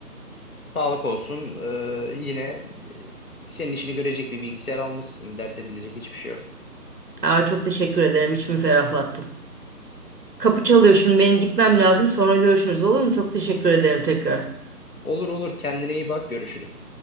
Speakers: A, on the left; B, on the right.
A: Sağlık olsun. Ee, yine e, senin işini görecek bir bilgisayar almışsın. Dert edilecek hiçbir şey yok.
B: Aa, çok teşekkür ederim. İçimi ferahlattın. Kapı çalıyor şimdi. Benim gitmem lazım. Sonra görüşürüz olur mu? Çok teşekkür ederim tekrar.
A: Olur olur. Kendine iyi bak. Görüşürüz.